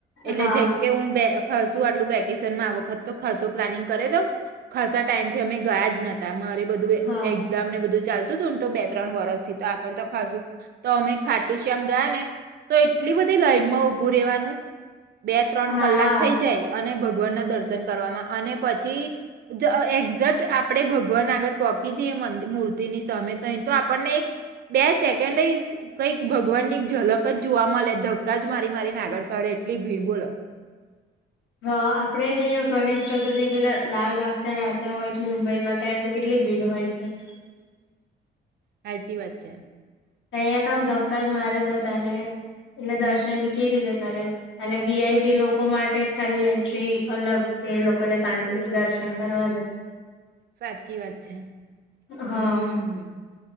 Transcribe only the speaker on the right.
એટલે
જેમકે હું બે ખશું આટલું વેકેશનમાં આવ ખરસો પ્લાનિંગ કરાઈ દવ ખાસા ટાઈમ થી અમે ગયા જ નતા અમારે બધું
એક્ઝામ ને બધું ચાલતું તું તો બે, ત્રણ, વરષ થી તો આખ તો ખાશું તો અમે ખાટું શ્યામ ગયા ને તો એટલી બધી લાઈનમાં ઉભું રેવાનું બે, ત્રણ,
કલાક થઈ જાય અને ભગવાન ના દર્શન કરવાવામાં અને પછી એક્ઝેક્ટ આપડે ભગવાન આગળ પોહોકી જઈએ મિ મ ની સમય તોહી તો આપણને એક બે સેકન્ડ કંઈક ભગવાન ની એક ઝલક જ જોવા મળે ધક્કા જ મારી મારીને આગળ કાઢે એટલી ભીડ બોલો.
હ જી વા છે.
સાચી વાત છે
હમ.